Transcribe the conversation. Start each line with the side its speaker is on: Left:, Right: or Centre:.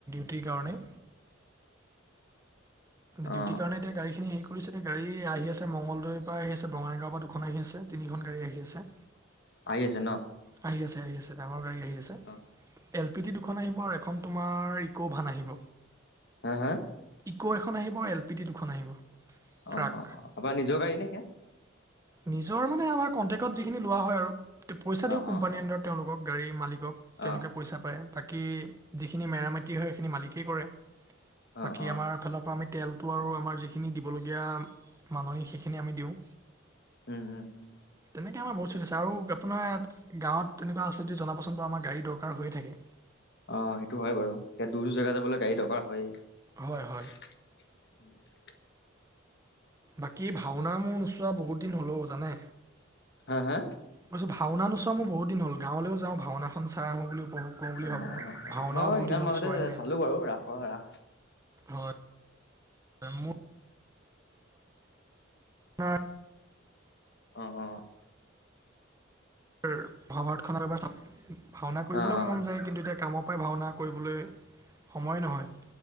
Right: <unintelligible> কাৰণেই দিউতি
Left: অ
Right: কাৰণে এতিয়া গাড়ীখিনি সেই কৰিছে নে এতিয়া গাড়ী আহি আছে মঙগলদৈৰ পা আহি আছে, বঙাইগাঁওৰ পা দুখন আহি আছে, তিনিখন গাড়ী আহি আছে।
Left: আহি আছে ন?
Right: আহি আছে -আহি আছে ডাঙৰ গাড়ী আহি আছে
Left: অ অ
Right: এল পি ডি দু খন আহিব আৰু এখন তোমাৰ ইকো ভান আহিব।
Left: আ, হা?
Right: ইকো এখন আহিব, এল পি দি দুখন আহিব। ট্ৰাক
Left: অ', অ', অ', আপোনাৰ নিজৰ গাড়ী নে সেইয়া?
Right: নিজৰ মানে আমাৰ কন্ট্ৰেক্টত যিখিনি লোৱা হয় আৰু তে পইচা দিও
Left: অ
Right: কোম্পানীৰ
Left: অ অ
Right: আনডাৰত তেওঁলোকক গাড়ীৰ মালিক <unintelligible> তেওঁলোকে
Left: অ
Right: পইচা পায় বাকী যিখিনি মেৰামতি হয় সেইখিনি মালিকেই কৰে।
Left: অ
Right: বাকী
Left: অ
Right: আমাৰ ফালৰ পৰা আমি তেলটো আৰু আমাৰ যিখিনি দিবলগীয়া মানহ সেইখিনি আমি দিওঁ।
Left: উম-উম-উম
Right: এনেকে আমাৰ বহুত চলিছে আৰু আপোনাৰ গাঁৱত তেনেকুৱা আছে যদি জনাবচোন বাৰু আমাৰ গাড়ী দৰকাৰ হৈয়ে থাকে।
Left: অ', সেইটো হয় বাৰু, এতিয়া দূৰ দৰ জেগা যাবলৈ গাড়ী দৰকাৰ হয়েই।
Right: হয় হয়
Left: <inaudible>
Right: বাকী ভাওনা মোৰ নোচোৱা বহুত দিন হল ও জানে।
Left: হা হা?
Right: <unintelligible> ভাওনা নোচোৱা মোৰ বহুত দিন হল, গাঁৱলেও যাই ভাওনাখন চাই আহো বুলি। উপভোগ কৰোঁ বুলি
Left: অ',
Right: ভাবোঁ
Left: অ',
Right: ভাওনাও
Left: মই
Right: বহুত
Left: সেইনা
Right: দিন হ'ল
Left: মাজতে
Right: চোৱাই নাই
Left: চালো বাৰু ৰাসৰ ৰাস
Right: হয় মোৰ <unintelligible>
Left: অ', অ'।
Right: মহভাৰত খনত এবাৰ ভাওনা কৰিবলৈও
Left: অ অ
Right: মন যায় কিন্তু এতিয়া কামত <unintelligible> ভাওনা কৰিবলৈ সময়ে নহয়।